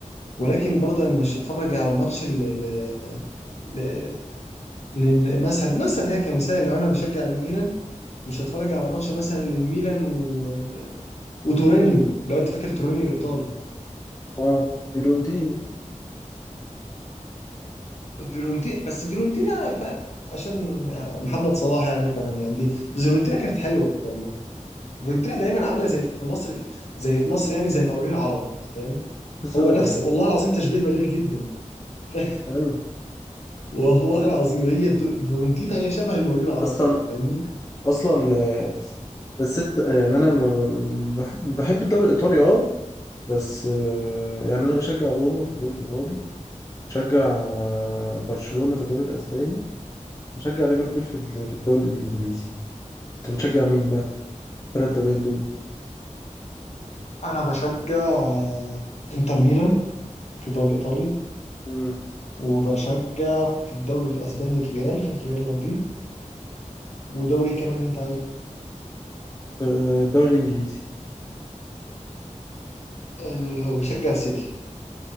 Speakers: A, on the left; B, on the left.
A: ولكن برضو أنا مش هتفرج على ماتش ال ال- ل- لان مثلا مثلا يعني كمثال لو انا بشجع الميلان مش هتفرج على ماتش مثلا للميلان و... وتورينيو لو انت فاكر تورينيو الايطالي
B: اه فيورنتينا
A: فيرونتينا بس فيرونتينا فاهم عشان محمد صلاح يعني فكان عندي فيرونتينا كانت حلوه والله فالورنتينا دايما عامله زي في مصر ك- زي في مصر يعني زي المقاولين العرب فاهم
B: لسه
A: هو
B: أقول
A: نفس
B: لك أنا-
A: والله العظيم تشبيه بليغ جدا <laughs>
B: أيوه
A: والله العظيم هي الد- فيورنتينا هي شبه المقاولين العرب
B: أصلا
A: كده فاهمني
B: اصلا آه، بس إنت- يعني انا ما- ما- ما- بحب بحب الدوري الايطالي اه بس آه، يعني انا بشجع روما في الدوري الايطالي بشجع آه، برشلونة في الدوري الاسباني بشجع ليفربول في ال- في الدوري الانجليزي انت بتشجع مين بقى الثلاث دوريات دول
A: انا بشجع آه، انتر ميلان في الدوري الايطالي
B: امم
A: وبشجع في الدوري الاسباني الريال ريال مدريد ودوري ايه كمان اللي انت عايزه
B: الدوري الانجليزي
A: أه بشجع السيتي